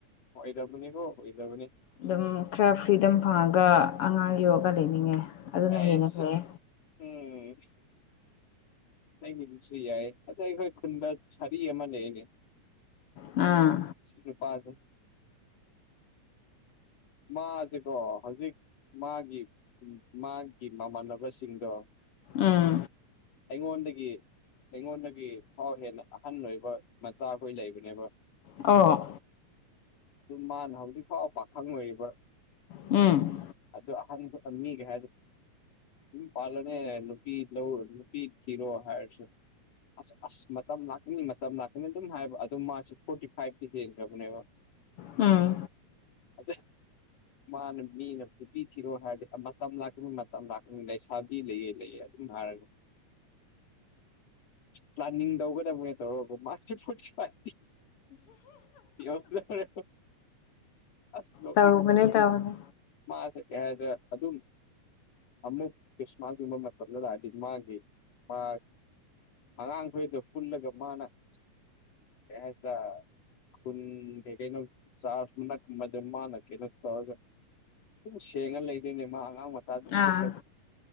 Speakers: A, on the left; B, on the left.
A: ꯑꯣ ꯏꯗꯕꯨꯅꯤꯕꯣ ꯑꯣꯏꯗꯕꯅꯤ
B: ꯑꯗꯨꯝ ꯈꯔ ꯐ꯭ꯔꯤꯗꯝ ꯐꯪꯉꯒ ꯑꯉꯥꯡ ꯌꯣꯛꯒ ꯂꯩꯅꯤꯡꯉꯦ ꯑꯗꯨꯅ
A: ꯑꯁ
B: ꯍꯦꯟꯅ ꯐꯩꯌꯦ
A: ꯎꯝ ꯅꯒꯤꯗꯨꯁꯨ ꯌꯥꯏ ꯑꯗ ꯑꯩꯈꯣꯏ ꯈꯨꯟꯗ ꯁꯥꯔꯤ ꯑꯃ ꯂꯩ ꯑꯩꯅꯦ
B: ꯑꯥ
A: ꯁꯤꯄꯥꯖꯦ ꯃꯥꯁꯤꯦꯀꯣ ꯍꯧꯖꯤꯛ ꯃꯥꯒꯤ ꯃꯥꯒꯤ ꯃꯃꯥꯟꯅꯕꯁꯤꯡꯗꯣ
B: ꯎꯝ
A: ꯑꯩꯉꯣꯟꯗꯒꯤ ꯑꯩꯉꯣꯟꯗꯒꯤ ꯐꯥꯎ ꯍꯦꯟꯅ ꯑꯍꯟ ꯑꯣꯏꯕ ꯃꯆꯥꯈꯣꯏ ꯂꯩꯕꯅꯦꯕ
B: ꯑ
A: ꯑꯗꯨ ꯃꯥꯅ ꯍꯧꯖꯤꯛ ꯐꯥꯎ ꯄꯥꯈꯪ ꯑꯣꯏꯔꯤꯕ꯭ꯔꯥ
B: ꯎꯝ
A: ꯑꯗꯨ ꯑꯍꯟ ꯃꯤꯒꯩ ꯍꯥꯏ ꯌꯨꯝ ꯄꯥꯜꯂꯅꯦ ꯅꯨꯄꯤ ꯂꯧꯔꯣ ꯅꯨꯄꯤ ꯊꯤꯔꯣ ꯍꯥꯏꯔꯁꯨ ꯑꯁ ꯑꯁ ꯃꯇꯝ ꯂꯥꯛꯀꯅꯤ ꯃꯇꯝ ꯂꯥꯛꯀꯅꯤ ꯑꯗꯨꯝ ꯍꯥꯏꯕ ꯑꯗꯨ ꯃꯥꯁꯨ ꯐꯣꯔꯇꯤ ꯐꯥꯏꯚꯇꯤ ꯍꯦꯟꯈ꯭ꯔꯕꯅꯦꯕ <inaudible>
B: ꯑꯥ
A: ꯑ ꯃꯥꯅ ꯃꯤꯅ ꯅꯨꯄꯤ ꯊꯤꯔꯣ ꯍꯥꯏꯔꯗꯤ ꯃꯇꯝ ꯑꯗꯨꯝ ꯃꯇꯝ ꯂꯥꯛꯀ ꯂꯩ ꯁꯥꯕꯤ ꯂꯩꯌꯦ ꯂꯩꯌꯦ ꯑꯗꯨꯝ ꯍꯥꯏꯔꯒ ꯄ꯭ꯂꯥꯟꯅꯤꯡ ꯇꯧꯒꯗꯕꯅꯦ ꯇꯧꯔꯕ ꯃꯥ ꯐꯨꯁ <unintelligible> ꯑꯁ ꯅꯣꯛꯅꯤꯡꯕꯅꯦ
B: ꯇꯧꯕꯅꯦ ꯇꯧꯕꯅꯦ
A: ꯃꯥꯁꯦ ꯀꯩ ꯍꯥꯏꯒꯗꯔꯥ ꯑꯗꯨꯝ ꯑꯃꯨꯛ ꯄꯩꯁꯥ ꯒꯨꯝꯕ ꯃꯊꯟꯗ ꯂꯥꯛꯅꯗꯤ ꯃꯥꯒꯤ ꯃꯥ ꯑꯉꯥꯡꯈꯣꯏꯗ ꯄꯨꯜꯂꯒ ꯃꯥꯅ ꯀꯨ ꯍꯥꯏꯒꯗꯔꯥ ꯈꯨꯟ ꯀꯩꯩ ꯀꯩꯅꯣ ꯆꯥꯟ ꯅꯛꯃꯥꯗ ꯥꯃꯥꯅ ꯀꯩꯅꯣ ꯇꯧꯔꯒ ꯑꯗꯨꯝ ꯁꯦꯡꯉ ꯂꯩꯗꯣꯏꯅꯦ ꯃꯥ ꯑꯉꯥꯡ ꯃꯆꯥ ꯑꯗꯨꯝ ꯄꯨꯜꯂꯒ
B: ꯑꯥ